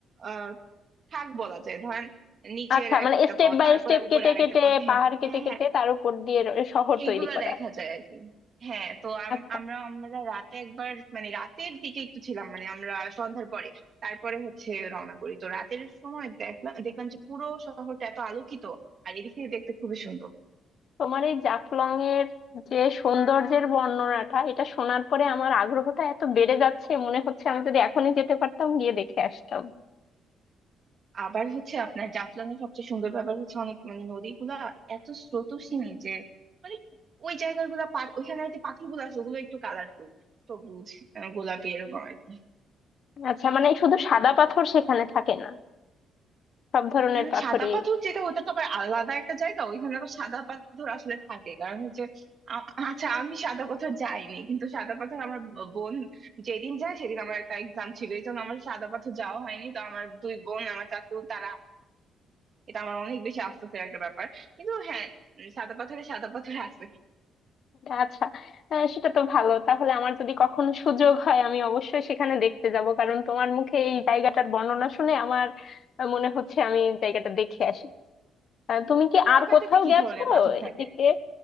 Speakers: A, on the right; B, on the left.
A: আহ, থাক বলা যায় ধরেন নিচের
B: আচ্ছা
A: একটা
B: মানে স্টেপ
A: পথ
B: বাই
A: তারপরে
B: স্টেপ
A: উপরে
B: কেটে
A: আরেকটা
B: কেটে
A: পথ হ্যাঁ
B: পাহাড় কেটে
A: হ্যাঁ
B: কেটে
A: হ্যাঁ
B: তার উপর দিয়ে র- শহর
A: এইগুলা
B: তৈরি করা
A: দেখা যায় আর কি হ্যাঁ তো আম-
B: আচ্ছা
A: আমরা আমরা রাতে একবার মানে রাতের দিকে একটু ছিলাম মানে আমরা সন্ধ্যার পরে তারপরে হচ্ছে রওনা করি তো রাতের সময় দেখলাম দেখলাম যে পুরো শহরটা এত আলোকিত আর এদিক থেকে দেখতে খুবই সুন্দর
B: তোমার এই জাফলং এর যে সৌন্দর্যের বর্ণনাটা এটা শোনার পরে আমার আগ্রহটা এত বেড়ে যাচ্ছে মনে হচ্ছে আমি যদি এখনই যেতে পারতাম গিয়ে দেখে আসতাম
A: আবার হচ্ছে আপনার জাফলং এর সবচেয়ে সুন্দর ব্যাপার হচ্ছে অনেক মানে নদীগুলা এত স্রোতস্বিনী যে মানে ওই জায়গাগুলা পা- ওইখানে যে পাখিগুলো আছে ওগুলো একটু কালারফুল সবুজ আহ, গোলাপি এরকম আর কি
B: আচ্ছা মানে শুধু সাদা পাথর সেখানে থাকে না সব ধরনের
A: উম
B: পাথরই
A: সাদা পাথর যেটা ওটা তো আবার আলাদা একটা জায়গা ওইখানে আবার সাদা পাথর আসলে থাকে কারণ হচ্ছে আ- আচ্ছা আমি সাদা পাথর যাইনি কিন্তু সাদা পাথর আমার ব- বোন যেদিন যায় সেদিন আমার একটা এক্সাম ছিল এই জন্য আমার সাদা পাথর যাওয়া হয়নি তো আমার দুই বোন আমার চাচু তারা এটা আমার অনেক বেশি আফসোসের একটা ব্যাপার কিন্তু হ্যাঁ উম, সাদা পাথরে সাদা পাথর আছে
B: আচ্ছা হ্যাঁ সেটা তো ভালো তাহলে আমার যদি কখনো সুযোগ হয় আমি অবশ্যই সেখানে দেখতে যাব কারণ তোমার মুখে এই জায়গাটার বর্ণনা শুনে আমার আহ, মনে হচ্ছে আমি জায়গাটা দেখে আসি আহ, তুমি কি
A: কুয়াকাটাতে
B: আর কোথাও
A: কি
B: গেছো
A: ধরনের পাথর থাকে
B: এদিকে